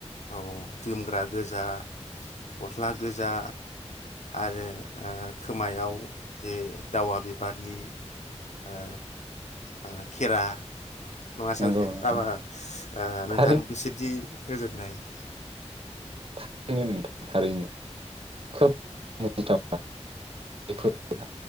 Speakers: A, on the left; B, on the right.
A: औ जोमग्रा गोजा गस्ला गोजा आरो ओ खोमायाव जे दावा बिबारनि ओ ओ खेरा नङा
B: नोंगौ
A: सालथे
B: नोंथां
A: आबाहा ओ नोंथां
B: थारैनो
A: बेसेदि गोजोननाय <inaudible>
B: थारैनो नोंथां थारैनो खोब मुजिथाव ना